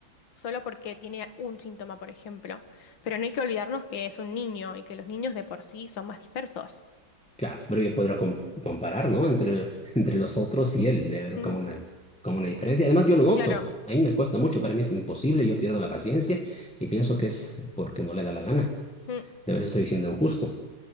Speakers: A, on the left (about 85°); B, in the centre.
A: solo porque tiene un síntoma, por ejemplo, pero no hay que olvidarnos que es un niño y que los niños de por sí son más dispersos.
B: Claro, pero yo podría com- comparar, ¿no? Entre, <laughs> entre los otros y él, de ver
A: Mm,
B: como una, como una diferencia. Además, yo lo noto.
A: claro,
B: A mí me cuesta mucho, para mí es imposible, yo pierdo la paciencia y pienso que es porque no le da la gana.
A: Mm,
B: De vez estoy siendo injusto.